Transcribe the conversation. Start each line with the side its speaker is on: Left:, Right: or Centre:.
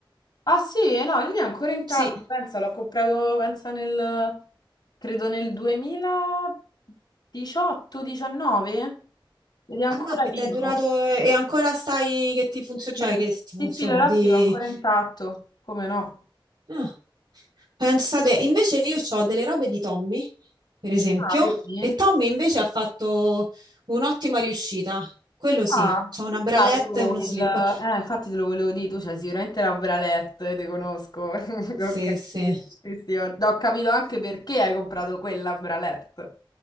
Left: Ah sì, eh, no, il mio è ancora intatto,
Right: Sì,
Left: pensa, l'ho comprato, pensa nel, credo nel 2018-19 ed è ancora
Right: a Muppet
Left: vivo.
Right: è durato e ancora stai che ti funziona,
Left: Sì,
Right: cioè che ti
Left: sì,
Right: funziona,
Left: sì, l'elastico
Right: ti...
Left: è ancora intatto, come no?
Right: Ah, pensate, invece io ho delle robe di Tommy, per esempio,
Left: Ah, vedi?
Right: e Tommy invece ha fatto un'ottima riuscita, quello sì,
Left: Ah,
Right: c'ho una bralette
Left: Sai, sai. io
Right: e uno slip,
Left: il- eh, infatti te lo volevo dire, tu c'hai sicuramente la bralette, te conosco. <laughs>
Right: sì,
Left: Ok,
Right: sì.
Left: sì, sì, ho, ho capito anche perché hai comprato quella bralette.